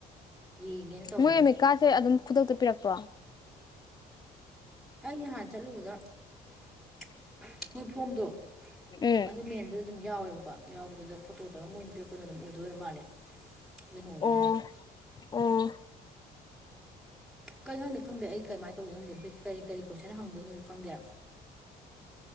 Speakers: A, in the centre; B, on the left.
A: ꯌꯦꯡꯒꯦꯅ ꯇꯧꯕꯅꯦ
B: ꯃꯣꯏ ꯑꯃꯤꯠ ꯀꯠꯁꯦ ꯑꯗꯨꯝ ꯈꯨꯗꯛꯇ ꯄꯤꯔꯛꯄ꯭ꯔꯣ?
A: ꯑꯩ ꯅꯍꯥꯟ ꯆꯠꯂꯨꯕꯗ <unintelligible> ꯃꯣꯏ ꯐꯣꯝꯗꯣ
B: ꯎꯝ
A: ꯑꯗꯨ ꯃꯦꯟꯕꯗꯨꯗ ꯑꯗꯨꯝ ꯌꯥꯎꯋꯦꯕꯀꯣ ꯌꯥꯎꯕꯗꯨꯗꯥ ꯐꯣꯇꯣ ꯇꯧꯔ ꯃꯣꯏꯅ ꯄꯤꯔꯛꯄꯅ ꯑꯗꯨꯝ ꯑꯣꯏꯗꯣꯏꯔ ꯃꯥꯜꯂꯦ꯫ ꯑꯗꯨꯅ ꯑꯣꯏꯅꯤ
B: ꯑꯣ
A: ꯍꯥꯏ꯫ꯎꯝ
B: ꯑꯣ
A: ꯀꯩꯅꯣ ꯈꯪꯗꯦ ꯈꯪꯗꯦ ꯑꯩ ꯀꯃꯥꯏ ꯇꯧꯗꯣꯏꯅꯣ ꯈꯪꯗꯦ ꯕꯤꯠ ꯀꯔꯤ ꯀꯔꯤ ꯀꯣꯏꯁꯟ ꯍꯪꯗꯣꯏꯅꯦꯁꯨ ꯈꯪꯗꯦ꯫